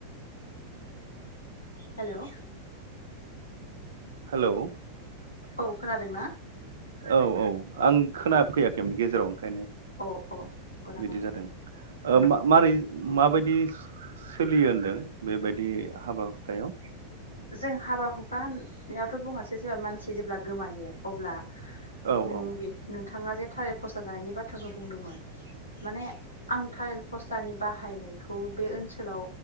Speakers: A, on the left; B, on the right.
A: हेलौ
B: हेलौ
A: औ खोनादों ना?
B: औ औ आं खोना फैयाखैमोन गेजेराव ओंखायनो
A: अ अ नंगौ नामा
B: बिदि जादों ओ
A: उम
B: मा-मारै माबायदि सो-सो-सोलियो होनदों बेबायदि हाबा। हुखायाव
A: जों हाबा हुखा होनायावथ बुङासै जेब्ला मानसि जेब्ला गोमायो अब्ला
B: औ
A: नों
B: औ
A: बे नों नोंथाङा जे थारेल फसला जानायनि बाथ्राखौ बुंदोंमोन माने आं थारेल पसलानि बाहायनायखौ बे ओनसोलाव